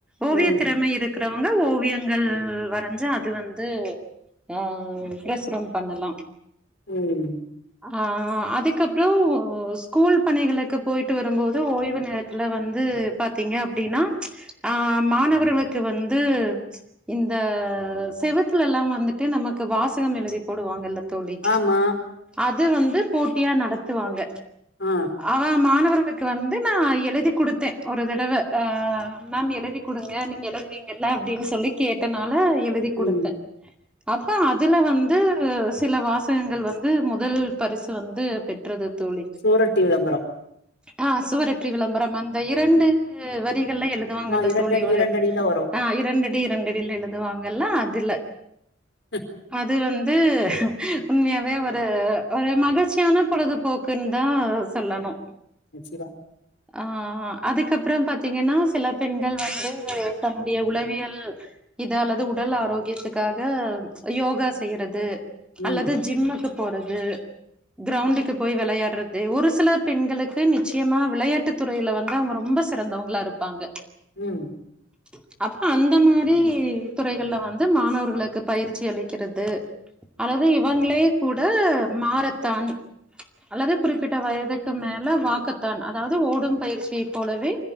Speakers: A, in the centre; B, on the left.
A: ஓவிய
B: ம்
A: திறமை இரு க்றவங்க ஓவியங்கள் வரஞ்சா அது வந்து ஆ பிரசுரம் பண்ணலா
B: ம்
A: ஆ அதுக்கப்றோ ஸ்கூல் பணிகளுக்கு போய்ட்டு வரும்போது ஓய்வு நேரத்துல வந்து பாத்தீங்க அப்டின்னா ஆ மாணவர்வக்கு வந்து இந்த செவத்துலல்லா வந்துட்டு நமக்கு வாசகம் எழுதி போடுவாங்கல்ல தோழி
B: ஆமா
A: அது வந்து போட்டியா நடத்துவாங்க
B: ஆ
A: அவே மாணவர்களுக்கு வந்து நா எழுதி குடுத்தே ஒரு தடவ ஆ மேம் எழுதி குடுங்க நீங்க எழுதுவீங்கல்ல அப்டின் சொல்லி கேட்டனால எழுதி குடுத்தே
B: ம்
A: அப்ப அதுல வந்து சில வாசகங்கள் வந்து முதல் பரிசு வந்து பெற்றது தோழி
B: சுவரொட்டி விளம்பர
A: ஆ சுவரொட்ரி விளம்பரம் அந்த இரண்டு வரிகள்ல எழு துவாங்கல்ல
B: ஆமா இரண்டடி
A: தோழி ஒரு
B: இரண்டடில வரு
A: ஆ இரண்டடி இரண்டடில எழுதுவாங்கல்ல அதுல
B: <unintelligible>
A: அது வந்து உண்மயாவே ஒரு ஒரு மகிழ்ச்சியான பொழுதுபோக்குன் தா சொல்லணு
B: நிச்சிமா
A: ஆ அதுக்கப்றோ பாத்தீங்கன்னா சில பெண்கள் வந்து தன்னுடைய உளவியல் இது அல்லது உடல் ஆரோக்கியத்துக்காக யோகா செய்யறது
B: ம்
A: அல்லது ஜிம்முக்கு போறது கிரௌண்டுக்கு போய் வெளையாடுறது ஒரு சில பெண்களுக்கு நிச்சயமா விளையாட்டு துறையில வந்து அவுங்க ரொம்ப சிறந்தவங்களா இருப்பாங்க
B: ம்
A: அ <unintelligible> அப்றோ அந்த மாரி துறைகள்ல வந்து மாணவர்களுக்கு பயிற்சி அளிக்கிறது அதாவது இவங்களே கூட மாறத்தான் அல்லது குறிப்பி ட்ட வயதுக்கு மேல வாக்கத்தான் அதாவது ஓடும் பயிற்சியை போலவே